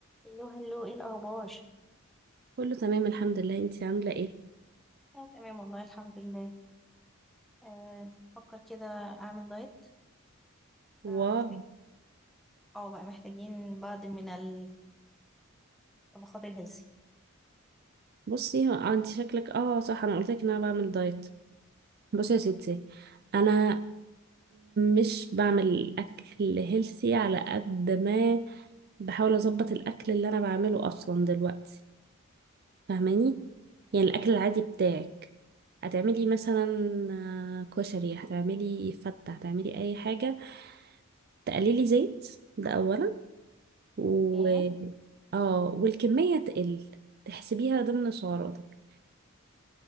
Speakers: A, in the centre; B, on the right.
A: هلو هلو ايه الاخبار
B: كله تمام الحمد لله انتي عاملة ايه
A: آه تمام والله الحمد لله آه بفكر كده اعمل دايت
B: واو
A: فمحتاج اه بقى محتاجين بعض من ال- الطبخات الهيلثي
B: بصي هو- اه انتي شكلك اه صح انا قلت لك ان انا بعمل دايت بصي يا ستي انا مش بعمل اكل هيلثي على قد ما بحاول اظبط الاكل اللي انا بعمله اصلا دلوقتي فاهماني يعني الاكل العادي بتاعك هتعملي مثلا آه، كشري هتعملي فتة هتعملي اي حاجة تقللي زيت ده اولا و
A: اوكي
B: اه والكمية تقل تحسبيها ضمن سعراتك